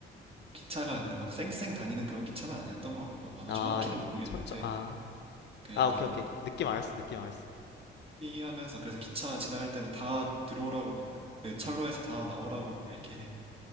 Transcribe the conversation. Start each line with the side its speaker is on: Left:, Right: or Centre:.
Right: 기차가 근데 막 쌩쌩 다니는 그런 기차는 아니었던 것 같고 나도
Left: 아,
Right: 정확히는 모르겠는데
Left: 천천, 아.
Right: 그 약간
Left: 아, 오케이, 오케이. 느낌 알았어, 느낌 알았어.
Right: 삐 하면서 그래서 기차 지나갈 때는 다 들어오라고 막 그 철로에서 다 나오라고 막 이렇게 해.